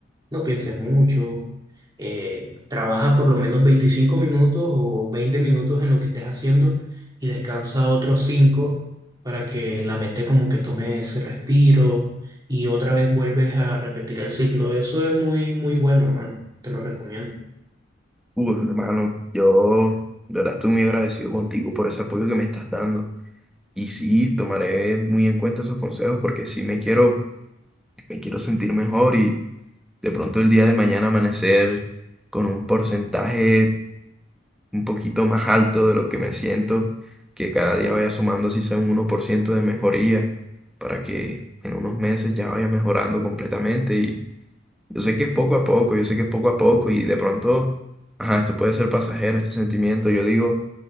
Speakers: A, on the right; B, in the centre.
A: no pienses mucho, eh, trabaja por lo menos 25 minutos o 20 minutos en lo que estés haciendo y descansa otros 5 para que la mente como que tome ese respiro y otra vez vuelves a repetir el ciclo. Eso es muy, muy bueno, hermano. Te lo recomiendo.
B: Uf, hermano, yo de verdad estoy muy agradecido contigo por ese apoyo que me estás dando. Y sí, tomaré muy en cuenta esos consejos porque sí me quiero, me quiero sentir mejor y de pronto el día de mañana amanecer con un porcentaje un poquito más alto de lo que me siento, que cada día vaya sumando así sea un uno por ciento de mejoría, para que en unos meses ya vaya mejorando completamente. Y yo sé que es poco a poco, yo sé que es poco a poco y de pronto, ajá, esto puede ser pasajero, este sentimiento. Yo digo,